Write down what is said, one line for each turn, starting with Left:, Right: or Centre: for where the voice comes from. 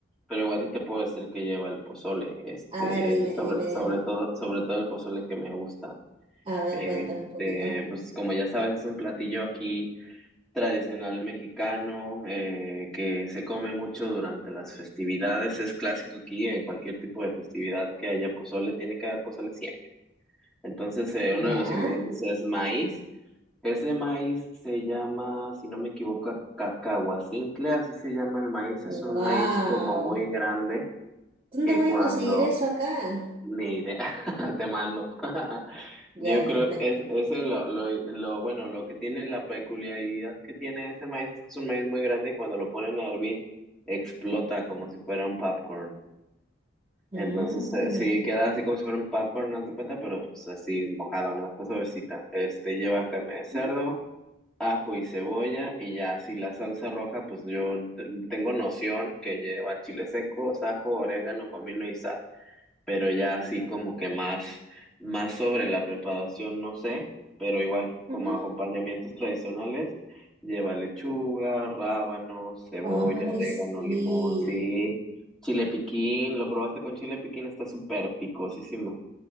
Centre: pero igual sí te puedo decir que lleva el pozole, este,
Right: A ver, dime,
Centre: el- sobre,
Right: dime,
Centre: sobre
Right: dime.
Centre: todo, sobre todo el pozole que me gusta.
Right: A ver,
Centre: Este,
Right: cuéntame un poquito.
Centre: pues como ya sabes, es un platillo aquí tradicional mexicano, eh, que se come mucho durante las festividades, es clásico aquí, en cualquier tipo de festividad que haya pozole, tiene que haber pozole siempre. Entonces, eh,
Right: ¿Ya?
Centre: uno de los ingredientes es maíz. Ese maíz se llama, si no me equivoco, cacahuacintle, así se llama el maíz.
Right: ¡Wow!
Centre: Es un maíz como muy grande
Right: ¿Dónde
Centre: que
Right: voy
Centre: cuando...
Right: a conseguir eso acá?
Centre: Ni idea, <laughs> te mando. <laughs>
Right: Ya,
Centre: Yo creo,
Right: perfecto.
Centre: es, ese lo, lo, lo, bueno, lo que tiene, la peculiaridad que tiene ese maíz es que es un maíz muy grande y cuando lo ponen a hervir, explota como si fuera un popcorn.
Right: Mm,
Centre: Entonces, eh, sí, queda así como si fuera un popcorn, no te cuenta, pero pues así mojado, ¿no? Está suavecita. Este lleva carne de
Right: ujú,
Centre: cerdo, ajo y cebolla, y ya si la salsa roja, pues yo t- tengo noción que lleva chile seco, ajo, orégano, comino y sal pero ya así como que más, más sobre la preparación, no sé, pero igual como
Right: ujú.
Centre: acompañamientos tradicionales, lleva lechuga, rábanos, cebolla,
Right: Ay,
Centre: orégano,
Right: sí.
Centre: limón, sí, chile piquín, lo probaste con chile piquín, está súper picosísimo.